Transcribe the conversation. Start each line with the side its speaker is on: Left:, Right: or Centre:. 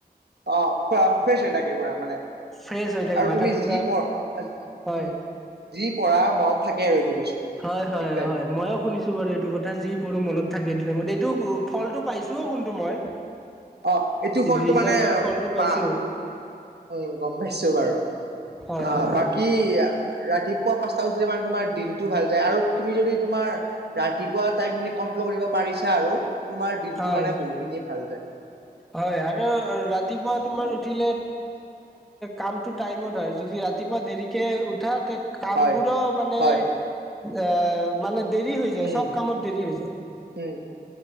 Right: অ', ফ্ৰেছ হৈ থাকে পুৰা মানে
Centre: ফ্ৰেছ হৈ থাকে
Right: আৰু
Centre: মাথাটো
Right: তুমি
Centre: পুৰা
Right: যি পঢ়া উম,
Centre: হয়
Right: যি পঢ়া মনত থাকে আৰু এইটো বস্তু।
Centre: হয় হয়
Right: সেইটো টাইমত
Centre: হয় ময়ও শুনিছো বাৰু এইটো কথা যি পঢো মনত থাকে এইটো টাইমতে এইটো ফলটো পাইছোও কিন্তু মই
Right: অ এইটো ফলটো
Centre: ৰিজাল্টত
Right: মানে
Centre: ফলটো পাইছোও।
Right: পা উম, গম পাইছো বাৰু
Centre: হয়
Right: আহ
Centre: হয়
Right: বাকী ৰাতিপুৱা পাঁচটা উঠিলে মানে তোমাৰ দিনতটো ভাল যায় আৰু তুমি যদি তোমাৰ ৰাতিপুৱা টাইখিনি কৰিব পাৰিছা আৰু তোমাৰ দিনটো
Centre: হয়
Right: মানে বহুখিনি ভাল যায়।
Centre: হয় আৰু ৰাতিপুৱা তোমাৰ উঠিলে কাম টো টাইমত হয় যদি ৰাতি পুৱা দেৰিকে উঠা তে কামবোৰো
Right: হয়
Centre: মানে
Right: হয়
Centre: অ', মানে দেৰি হৈ যায়
Right: উম
Centre: চব কামত দেৰি হৈ যায়।
Right: উম